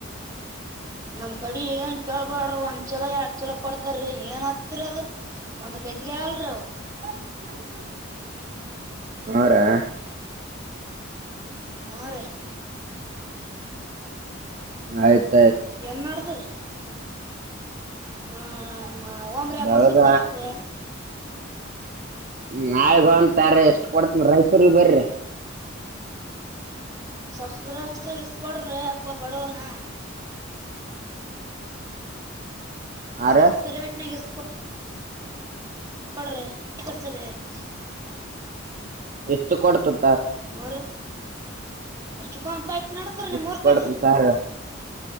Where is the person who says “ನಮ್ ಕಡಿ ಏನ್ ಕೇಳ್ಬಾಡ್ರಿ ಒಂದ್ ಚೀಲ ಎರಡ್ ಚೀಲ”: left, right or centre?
Right